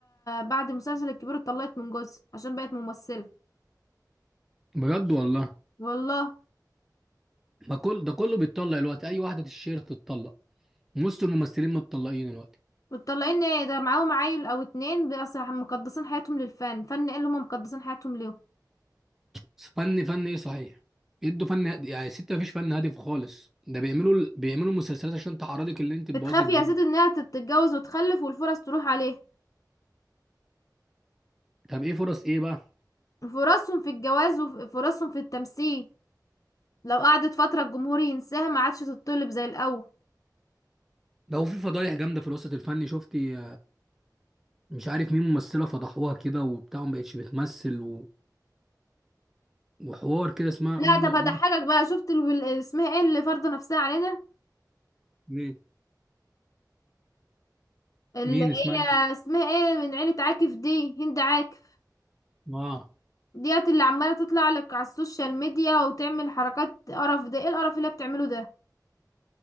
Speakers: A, on the left; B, in the centre.
A: بعد مسلسل الكبير اتطلقت من جوزها عشان بقت ممثله
B: بجد والله
A: والله
B: ما كل ده كله بيتطلق دلوقتي اي واحده تشير تتطلق نص الممثلين متطلقين دلوقتي
A: متطلقين ايه ده معاهم عيل او اتنين بس مقدسين حياتهم للفن فن ايه اللي هم مقدسين حياتهم ليه
B: فن فن ايه صحيح يدوا فن هادي. يعني ست مفيش فن هادف خالص ده بيعملوا ال- بيعملوا مسلسلات عشان تعرضك اللي انت تبوظي
A: بتخاف
B: الدنيا
A: يا سيدي انها تتجوز وتخلف والفرص تروح عليه
B: طب ايه فرص ايه بقى
A: فرصهم في الجواز وفرصهم في التمثيل لو قعدت فترة الجمهور ينساها ما عادش تتطلب زي الأول
B: ده هو في فضايح جامده في الوسط الفني شفتي مش عارف مين ممثلة فضحوها كده وبتاع ما بقتش بتمثل و... وحوار كده اسمها
A: لا
B: منى
A: طب هضحكك
B: منى
A: بقى شفت ال... ال- اسمها ايه اللي فارضه نفسها علينا
B: مين
A: اللي
B: مين
A: هي
B: اسمها إيه؟
A: اسمها ايه من عيلة عاكف دي هند عاكف
B: اه
A: ديت اللي عمالة تطلع لك على السوشيال ميديا وتعمل حركات قرف ده ايه القرف اللي هي بتعمله ده